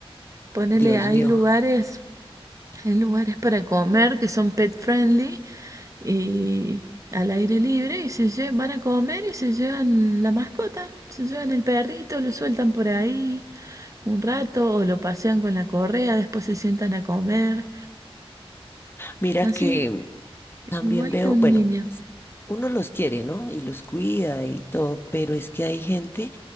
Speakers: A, on the right; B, on the left.
A: Ponele,
B: Dios
A: hay
B: mío.
A: lugares, hay lugares para comer que son pet friendly y al aire libre y se lle- van a comer y se llevan la mascota, se llevan el perrito, lo sueltan por ahí un rato o lo pasean con la correa, después se sientan a comer,
B: Mira
A: así,
B: que también
A: igual
B: veo,
A: que un
B: bueno,
A: niño.
B: uno los quiere, ¿no? Y los cuida y todo, pero es que hay gente